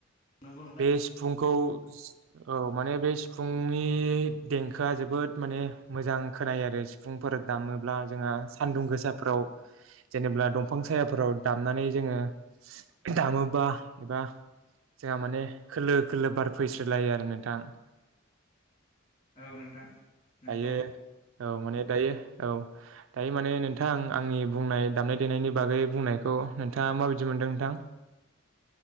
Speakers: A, on the left; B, on the right.
A: नंगौ नोंथां
B: बे सिफुंखौ औ माने बे सिफुंनि ए देंखोया जोबोद माने मोजां खोनायो आरो सिफुंफोर दामोब्ला जोंहा सानदुं गोसाफ्राव जेनेबा दंफां सायाफोराव दामनानै जोङो दामोबा एबा जोंहा माने खोलो खोलो बार फैस्रो लायो आरो नोंथां।
A: औ नोंथां नंगौ
B: दायो औ माने दायो औ दायो माने नोंथां आंनि बुंनाय दामनाय-देनायनि बागै बुंनायखौ नोंथाङा मा बायदि मोनदों नोंथां।